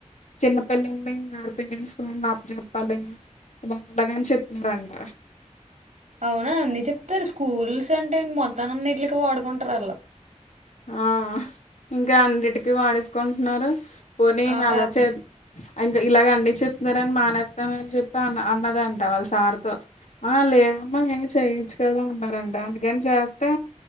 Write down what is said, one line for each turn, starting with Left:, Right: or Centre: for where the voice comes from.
Left: చిన్నపిల్ల అండి ఆ పలిన్స్ నాప చెప్పాలి ఇ బండగాని చెప్పినారంట
Right: అవునా అన్ని చెప్తారు స్కూల్స్ అంటే ఇం మొత్తాన్నిన్నింటికి వాడుకుంటారు అలా
Left: ఆ ఇంకా అన్నిటికీ వాడేసుకుంటున్నారు పోనీ
Right: ఆ
Left: అాలచే
Right: పేపర్
Left: ఇంకా ఇలాగ అన్నిీ చెప్తున్నారని మానేస్తానని చెప్పి అన్న అన్నదంట వాళ్ళ సార్తో ఆ లేదమ్మా ఏం చేయిచ్చు కదా అన్నారంట అందుకని చేస్తే